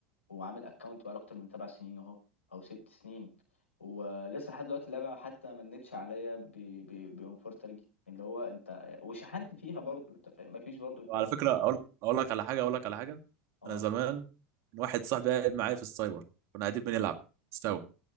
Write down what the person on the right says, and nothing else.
وعلى
فكره اقول اقول لك على حاجه اقول لك على حاجه
انا زمان كان واحد صاحبي قاعد معايا في السايبر كنا قاعدين بنلعب سوا